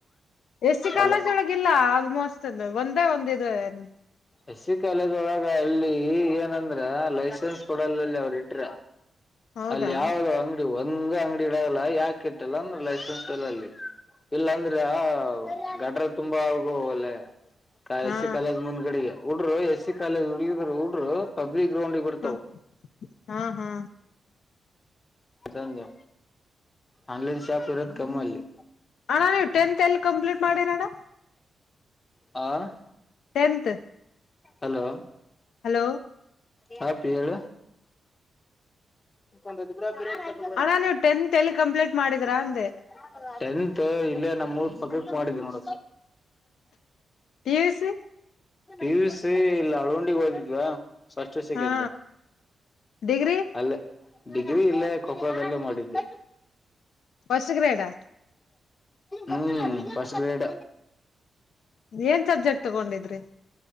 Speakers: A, on the left (about 85°); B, on the left (about 25°).
A: ಎಸ್ಿ ಕಾಲಜೊಳಗಿಲ್ಲ
B: ಅಲ್ಲ
A: ಆಲ್ಮೋಸ್ಟ್ ಒಂದೇ ಒಂದ್ ಇದೆ ಅಲ್ಲೇ.
B: ಎಸ್ಸ ಕಾಲೇದ್ೊಳಗ ಅಲ್ಲಿ ಏನಂದ್ರ ಲೈಸೆನ್ಸ್ ಕೊಡಲ್ಲಲ್ಲಿ ಅವ್ರ ಇಟ್ರ.
A: ಹೌದಾ
B: ಅಲ್ಲಿ ಯಾವದುೋ ಅಂಗಡಿ ಹ ಹಂಗ ಅಂಗಡಿ ಇಡಲ್ಲ ಯಾಕೆ ಇಟ್ಟಲ್ಲ ಅಂದ್ರ ಲೈಸೆನ್ಸ್ ಎಲ್ಲ ಅಲ್ಲಿ. ಇಲ್ಲ ಅಂದ್ರ ಗಟ್ರ ತುಂಬ ಆಗು ಅಲ್ಲ.
A: ಹಾ
B: ಎಸ್ ಸಿ ಕಾಲೇಜ್ ಮುಂದ್ಗಡಿಗೆ ಹಡ್ರು ಎಸ್ ಸಿ ಕಾಲೇಜ್ ಹುಗಿದ್ರು ಉಡರು ಪಬ್ಲಿಕ್. ಗ್ರೌಂಡ್ಗೆ ಬರ್ತಾವ
A: ಹ ಹಾ ಹಾ
B: ಜ ಆನ್ಲೈನ್ ಶಾಪ್ ಇರೋದ ಕಮ್ಮಲ್ಲಿ.
A: ಅಣ್ಣ ನೀವು ಟೆಂತ್ ಎಲ್ಲಿ ಕಂಪ್ಲೀಟ್ ಮಾಡಿರ ಅಣ.
B: ಹ
A: ಟೆಂತ್
B: ಹಲೋ
A: ಹಲೋ
B: ಹಾ ಪಿಯಳ ಂದುದ ಗೂರ ಗ
A: ಅಣ್ಣ ನೀವು ಟೆಂತ್ ಎಲ್ಲಿ ಕಂಪ್ಲೀಟ್ ಮಾಡಿದ್ರಾ
B: ಹ್ಮ
A: ಅಂದೆ
B: ಟೆಂತ್ ಇಲ್ಲೇ ನಮ್ಮ್ರ್ ಪಕ್ಕಕ್ಕೆ ಮಾಡಿದೀಿ ನೋಡ
A: ಪ ಸಿ
B: ಿವ ಸಿ ಇಲ್ಲ ಅಳ್ಂಡಿಗೆ ಹಓದಿದ್ವಾ ಫಸ್ು ಸೆಕೆಂಡ
A: ಹಾ ಡಿಗ್ರಿ
B: ಅಲ್ಲೇ ಡಿಗ್ರಿ ಇಲ್ಲೇ ಕೊಕಳದಲ್ಲೇ ಮಾಡಿದ್ವಿ
A: ಹೊಸ್ ಗ್ರೇಡಾ
B: ಹ್ಮ್ ಫಸ್ಟ್ ಗ್ರೇಡ್
A: ಏನ್ ಸಬ್ಜೆಕ್ಟ್ ತಗೊಂಡಿದ್ರಿ